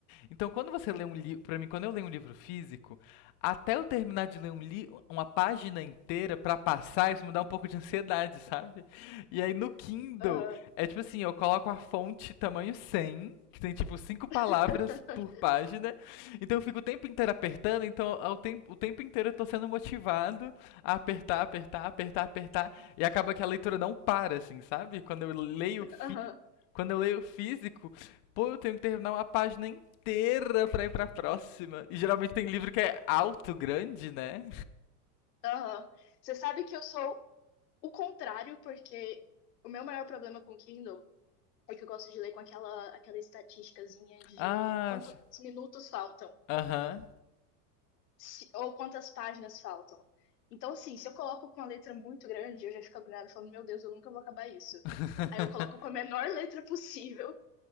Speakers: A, on the left; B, on the left.
A: Então, quando você lê um livro, para mim, quando eu leio um livro físico, até eu terminar de ler um li uma página inteira para passar, isso me dá um pouco de ansiedade, sabe? E aí no Kindle,
B: aham,
A: é tipo assim, eu coloco a fonte tamanho 100, que tem tipo cinco palavras
B: <laughs>
A: por página. Então eu fico o tempo inteiro apertando, então ao tem- o tempo inteiro eu tô sendo motivado a apertar, apertar, apertar, apertar, e acaba que a leitura não para assim, sabe? Quando eu leio físico,
B: aham,
A: quando eu leio físico, pô, eu tenho que terminar uma página inteira pra ir pra próxima. E geralmente tem livro que é alto, grande, né?
B: aham. Você sabe que eu sou o contrário, porque o meu maior problema com o Kindle é que eu gosto de ler com aquela, aquela estatísticazinha de
A: Ah,
B: quantos
A: sim.
B: minutos faltam.
A: aham.
B: se- ou quantas páginas faltam. Então, assim, se eu coloco com uma letra muito grande, eu já fico agoniada falando, meu Deus, eu nunca vou acabar isso.
A: Uhum.
B: Aí eu coloco com a menor letra possível,